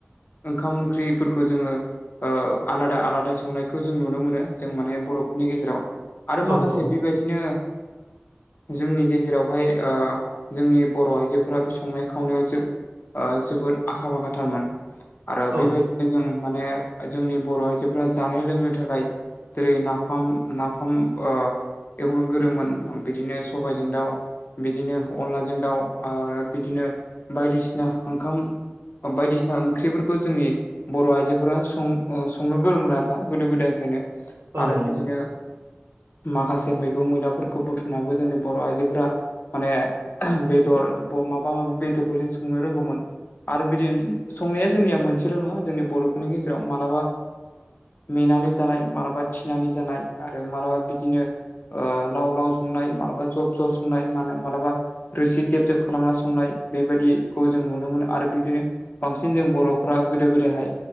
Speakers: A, on the left; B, on the right.
A: ओंखाम ओंख्रिफोरखौ जोङो ओ आलादा आलादा संनायखौ जों नुनो मोनो जों माने बर'फोरनि गेजेराव आरो माखासे
B: औ
A: बेबायदिनो जोंनि गेजेरावहाय ओ जोंनि बर' आइजोफोरा बे संनाय खावनायाव जो ओ जोबोद आखा फाखाथारमोन आरो
B: औ
A: बेबायदि जों माने जोंनि बर' आइजोफोरा जानो लोंनो थाखाय जेरै नाफाम नाफाम ओ एवनो गोरोंमोन बिदिनो सबायजों दाउ बिदिनो अनलाजों दाउ आरो बिदिनो बायदिसिना ओंखाम बायदिसिना ओंख्रिफोरखौ जोंनि बर' आइजोफोरा सं संनो गोरों मोनो आरोना गोदो गोदायनिफ्रायनो
B: औ
A: आरो
B: नंगौ
A: बिदिनो माखासे मैगं मैदाफोरखौ बुथुम उनावो जोंनि बर' आइजोफोरा माने बेदर माबा माबि बेदरफोरजों संनो रोंगौमोन आरो बिदि संनाया जोंनिया मोनसेल' नङा जोंनि बर'फोरनि गेजेराव मालाबा मेनानै जानाय मालाबा थिनानै जानाय आरो मालाबा बिदिनो लाव लाव संनाय मालाबा जब जब संनाय मानो होनो मालाबा रोसि जेब जेब खालामना संनाय बेबायदिखौ जों नुनो मोनो आरो बिदिनो बांसिन जों बर'फ्रा गोदो गोदायहाय